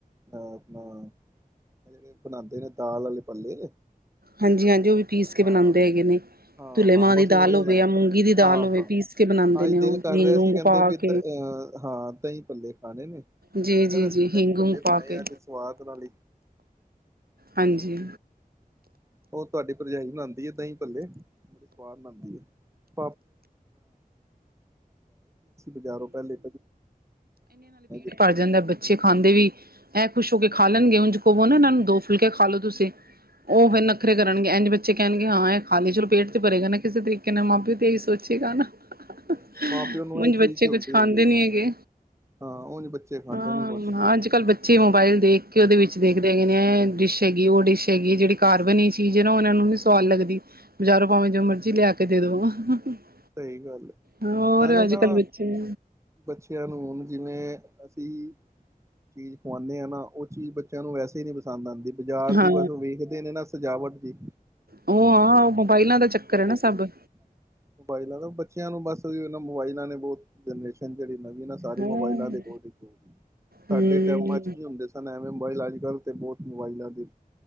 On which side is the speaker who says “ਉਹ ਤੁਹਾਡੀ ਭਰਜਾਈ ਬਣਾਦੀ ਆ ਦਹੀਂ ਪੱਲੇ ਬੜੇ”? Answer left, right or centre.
Right